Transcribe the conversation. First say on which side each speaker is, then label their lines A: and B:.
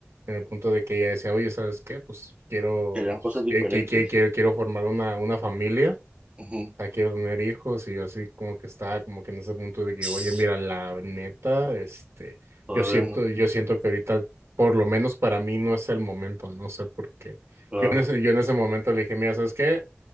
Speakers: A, on the right; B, on the right.
A: en el punto de que ella decía, oye, ¿sabes qué? Pues quiero,
B: Querían
A: pues,
B: cosas diferentes.
A: que, que- que- quiero, quiero formar una, una familia
B: Ujú.
A: sea, quiero tener hijos y yo así como que estaba como que en ese punto de que,
B: Tss,
A: oye, mira, la neta, este,
B: Todavía
A: yo siento,
B: no.
A: yo siento que ahorita, por lo menos para mí, no es el momento, no sé por qué.
B: Claro.
A: Yo en ese, yo en ese momento le dije, mira, ¿sabes qué?